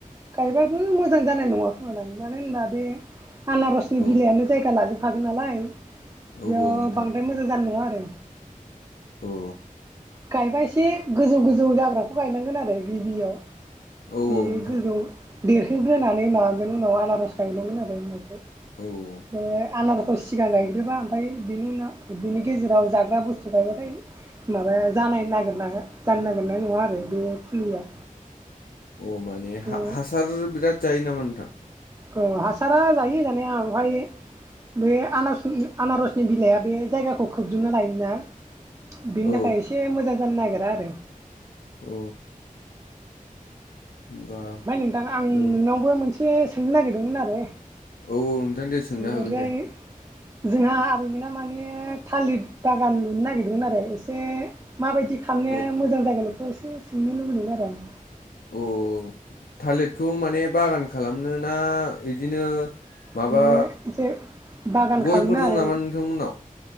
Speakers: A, on the right; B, on the left.
A: गायबाबो मोजां जानाय नङा खोमालाय मानो होनबा बे आनारसनि
B: औ
A: बिलाइआनो जायगा लाजोबखागोन नालाय
B: औ
A: बेयाव
B: औ नोंथां
A: बांद्राय मोजां जानाय नङा आरो
B: औ
A: गायबा एसे गोजौ गोजौ जाग्राखौ गायनांगोन आरो गिबियाव
B: औ
A: बे
B: औ नोंथां
A: गोजौ देरहोग्रोनानै माबागोन उनाव आनारज गायनांगोन आरो उनावसो
B: औ औ
A: बे आनार सिगां गायग्रोबा ओमफ्रायनि उनाव बिनि गेजेराव जाग्रा बुस्थु गायबाथाय माबाया जा जानो नागिरनाय नङा आरो बे फुलिया
B: अ माने
A: बे
B: हासार बिराद जायो ना माथो
A: औ हासारा जायो जानाया ओमफ्राय बे आनारसनि बिलाइआ बे जायगाखौ खोबजोबना लायोना? बिनि
B: औ
A: थाखाय एसे मोजां जानो नागिरा आरो
B: औ होमबा
A: ओमफ्राय नोंथां आं
B: नों
A: नोंनावबो मोनसे सोंनो नागिरदोंमोन आरो
B: औ औ नोंथां दे सोंनो
A: ओमफ्राय
B: हागोन दे।
A: जोंहा आबैमोना माने थालिर बागान लुनो नागिरदोंमोन आरो एसे माबायदि खालामनाया
B: औ
A: मोजां जागोन बेखौ एसे सोंनो लुुबैदों आरो आं।
B: अ थालिरखौ माने बागान खालामनो ना? बिदिनो माबा
A: बे एसे बागान
B: गयफोर
A: खालामनो आरो
B: दं नामा नोंथांमोननाव?